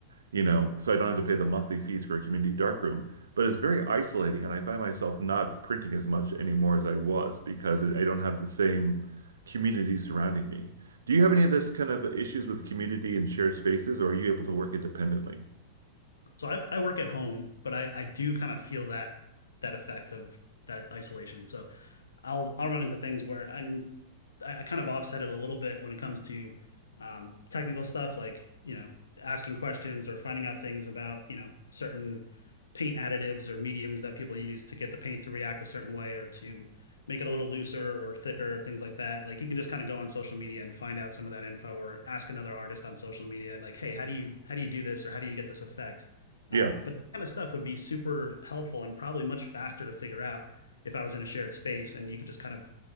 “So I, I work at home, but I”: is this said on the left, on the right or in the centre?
Left